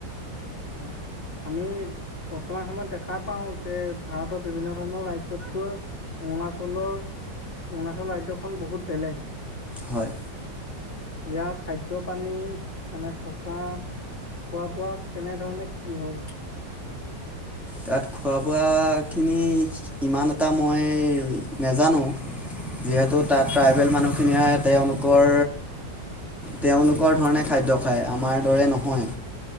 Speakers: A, on the left (about 30°); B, in the centre.
A: হয়। আমি বৰ্তমান সময়ত দেখা পাওঁ যে ভাৰতৰ বিভিন্ন ধৰণৰ ৰাজ্যতকৈ অৰুণাচলৰ, অৰুণাচল ৰাজ্যখন বহুত বেলেগ।
B: হয়।
A: ইয়াৰ খাদ্য - পানী মানে থকা খোৱা - বোৱা কেনে ধৰণে কি হয় বা?
B: তাত খোৱা - বোৱাখিনি ইমান এটা মই নেজানো যিহেতু তাত ট্ৰাইবেল মানুহখিনিয়ে তেওঁলোকৰ তেওঁলোকৰ ধৰণে খাদ্য খায়, আমাৰ দৰে নহয়।